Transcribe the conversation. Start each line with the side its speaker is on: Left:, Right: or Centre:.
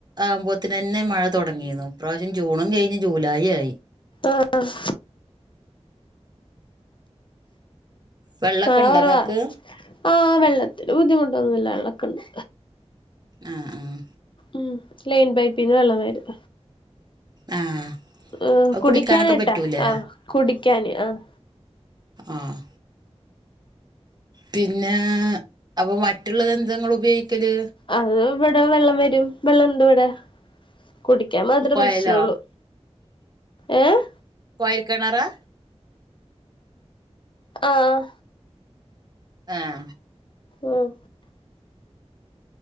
Right: ആവുമ്പോത്തിനന്നെ മഴ തൊടങ്ങിരുന്നു. ഇപ്രാവശ്യം ജൂണും കഴിഞ്ഞ് ജൂലൈ ആയി.
Left: ആഹ്
Right: വെള്ളമൊക്കെ
Left: മഴകൊറവാ
Right: ഉണ്ടോ നിങ്ങൾക്ക്
Left: ആ വെള്ളത്തിന് ബുദ്ധിമുട്ടൊന്നുല്ല വെള്ളക്കിണ്ട്.
Right: ആഹ് ആഹ്
Left: ഉം ലൈൻ പൈപ്പിന്ന് വെള്ളം വരും.
Right: ആ
Left: ഏ
Right: അത്
Left: കുടിക്കാനായിട്ടാ
Right: കുടിക്കാനൊക്കെ പറ്റൂലേ
Left: ആഹ് കുടിക്കാന് ആഹ്
Right: ആഹ് പിന്നെ അപ്പോ മറ്റുള്ളത് എന്തെങ്ങളുപയോഗിക്കല്
Left: അത് ഇവിടെ വെള്ളം വരും. വെള്ളംണ്ട് ഇവിടെ കുടിക്കാൻ മാത്രേ
Right: കുഴലോ
Left: പ്രശ്നള്ളൂ. ഏഹ്
Right: കൊയൽ കിണറാ
Left: ആഹ്
Right: ആഹ്
Left: ആഹ്